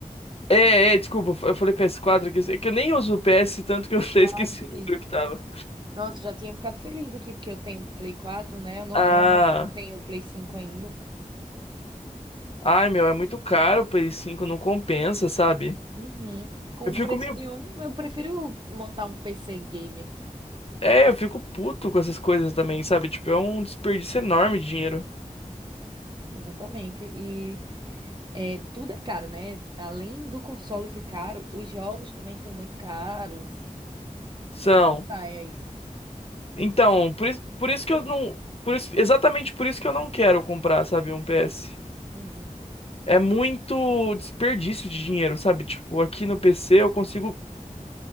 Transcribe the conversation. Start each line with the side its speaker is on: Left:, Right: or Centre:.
Left: É, é, desculpa. Eu falei PS4 aqui. É que eu nem uso o PS, tanto que eu até
Right: Ah,
Left: esqueci o
Right: sim.
Left: número que tava.
Right: Nossa, já tinha ficado feliz aqui, porque eu tenho Play 4, né? Eu não,
Left: Ah,
Right: te- não tenho o Play 5 ainda.
Left: ai, meu, é muito caro. O PS5 não compensa, sabe?
Right: Uhum. Com
Left: Eu fico
Right: o preço
Left: meio.
Right: de um, eu prefiro montar um PC gamer.
Left: É, eu fico puto com essas coisas também, sabe? Tipo, é um desperdício enorme de dinheiro.
Right: Exatamente. E É, tudo é caro, né? Além do console ser caro, os jogos também são muito caros.
Left: São.
Right: É meio paia isso.
Left: Então, por isso, por isso que eu não. Por isso, exatamente por isso que eu não quero comprar, sabe, um PS.
Right: Uhum.
Left: É muito desperdício de dinheiro, sabe? Tipo, aqui no PC eu consigo.